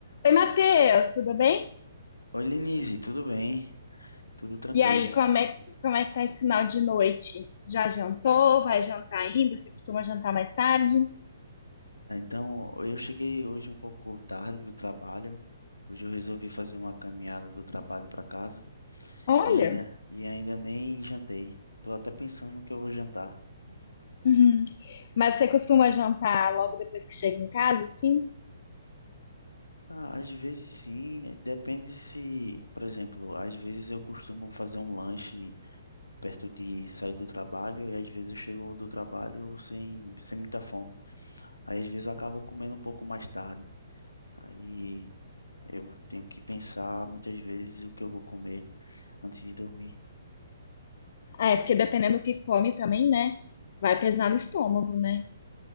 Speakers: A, on the left (about 50°); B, on the left (about 80°).
A: Oi, Matheus, tudo bem?
B: Oi, Lenise, tudo bem? Tudo tranquilo.
A: E aí, como é que, como é que tá esse final de noite? Já jantou? Vai jantar ainda? Você costuma jantar mais tarde?
B: Ah, Então, eu cheguei hoje um pouco tarde do trabalho. Hoje eu resolvi fazer uma caminhada do trabalho para casa
A: Olha,
B: e ainda, e ainda nem jantei. Tô até pensando no que eu vou jantar.
A: uhum. Mas você costuma jantar logo depois que chega em casa, sim?
B: Ah, às vezes sim, depende se, por exemplo, às vezes eu costumo fazer um lanche perto de sair do trabalho e às vezes eu chego do trabalho sem, sem muita fome. Aí às vezes eu acabo comendo um pouco mais tarde. Aí. Eu tenho que pensar muitas vezes o que eu vou comer antes de dormir.
A: É, porque dependendo do que come também, né? Vai pesar no estômago, né?